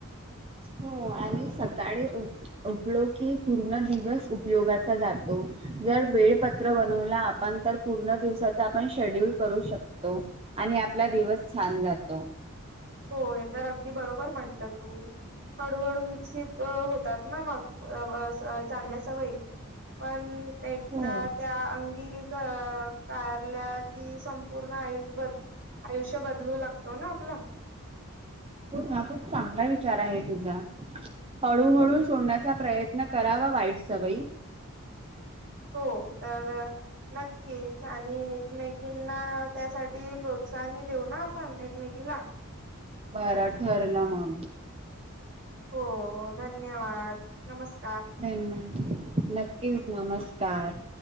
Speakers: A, on the right (about 25°); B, on the right (about 55°).
A: हो आणि सकाळी उठलो की पूर्ण दिवस उपयोगाचा जातो. जर वेळपत्र बनवला आपण तर पूर्ण दिवसाचा आपण शेड्यूल करू शकतो. आणि आपला दिवस छान जातो.
B: हो हे तर अगदी बरोबर म्हंटलं तू. हळूहळू विकसित होतात ना मग चांगल्या सवयी. पण एकदा
A: हो
B: त्या अंगी साकारल्या कि संपूर्ण आयुष्यबद. आयुष्य बदलू लागतो ना आपला.
A: हो हा खूप चांगला विचार आहे तुझा. हळूहळू सोडण्याचा प्रयत्न करावा वाईट सवयी
B: हो तर. नक्कीच आणि एकमेकीना त्यासाठी प्रोत्साहन देऊ ना आपण एकमेकी पिला
A: बर ठरल मग
B: हो धन्यवाद नमस्
A: धन्यवा नक्कीच नमस्कार.